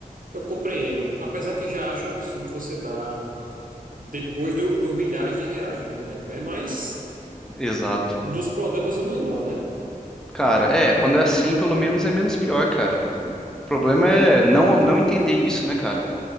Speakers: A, on the right; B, in the centre.
A: eu compreendo. Apesar que já acho um absurdo você dar depois do- dos milhares de reais no boneco, né? Mas
B: Exato.
A: dos problemas o menor, né?
B: Cara, é. Quando é assim, pelo menos é menos pior, cara. O problema é não, não entender isso, né, cara?